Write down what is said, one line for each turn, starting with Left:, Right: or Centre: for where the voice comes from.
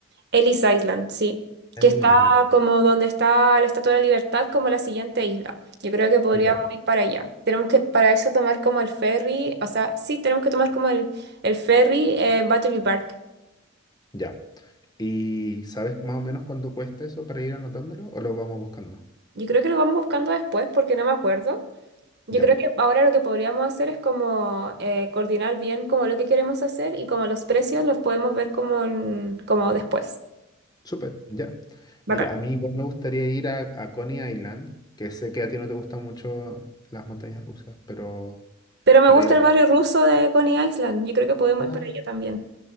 Right: Ellis Island, sí,
Left: Ellis
Right: que está
Left: Island.
Right: como donde está la Estatua de la Libertad, como la siguiente isla. Yo creo que podríamos
Left: Ya,
Right: ir para allá. Tenemos que para eso tomar como el ferry, o sea, sí, tenemos que tomar como el, el ferry en Battery Park.
Left: ya. ¿Y sabes más o menos cuánto cuesta eso para ir anotándolo o lo vamos buscando?
Right: Yo creo que lo vamos buscando después porque no me acuerdo. Yo
Left: Ya,
Right: creo que ahora lo que podríamos hacer es como eh, coordinar bien como lo que queremos hacer y como los precios los podemos ver como, en- como después.
Left: súper, ya.
Right: Bacán.
Left: Mira, a mí igual me gustaría ir a, a Coney Island, que sé que a ti no te gustan mucho las montañas rusas, pero
Right: Pero me
Left: para
Right: gusta
Left: ir a...
Right: el barrio ruso de Coney Island. Yo creo que podemos
Left: Ah,
Right: ir para allá también.